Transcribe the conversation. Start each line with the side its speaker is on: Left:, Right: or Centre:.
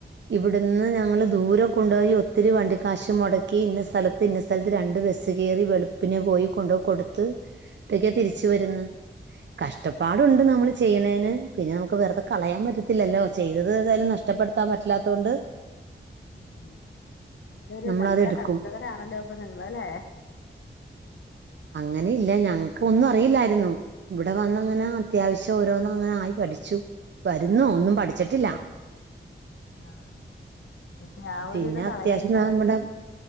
Right: ഇവിടുന്ന് ഞങ്ങള് ദൂരം കൊണ്ടോയി ഒത്തിരി വണ്ടി കാശ് മൊട ക്കി ന്ന സ്ഥലത്ത് ഇന്ന സ്ഥലത്ത് രണ്ട് ബെസ് കേറി വെളുപ്പിനെ പോയി കൊണ്ട് കൊടുത്ത് ട്ടൊക്കെ തിരിച്ച് വരുന്ന്. കഷ്ടപ്പാടുണ്ട് നമ്മൾ ചെയ്യണേന് പിന്നെ നമുക്ക് വെറുതെ കളയാൻ പറ്റ ത്തില്ലല്ലോ ചെയ്തത് ഏതായാലും നഷ്ടപ്പെടുത്താൻ പറ്റ്ല്ലാതോണ്ട്
Left: ഉം ഉം നല്ലൊരു
Right: നമ്മളത്
Left: നല്ല
Right: എടുക്കും
Left: കർ നാണല്ലോ പ്പൊ നിങ്ങള് അല്ലേ
Right: ങ്ങനില്ല ഞങ്ങക്ക് ഒന്നും അറിയില്ലായിരുന്നു വടെ വന്നങ്ങനെ അത്യാവശ്യ ഓരോന്നും അങ്ങനായി പഠിച്ചു വരുന്നു ഒന്നും പഠിച്ചിട്ടില്ല.
Left: ആ പക്ഷെ ആ ഒരിത്
Right: പിന്നെ
Left: കളയണ്ട
Right: അത്യാവശ്യം നമ്മുടെ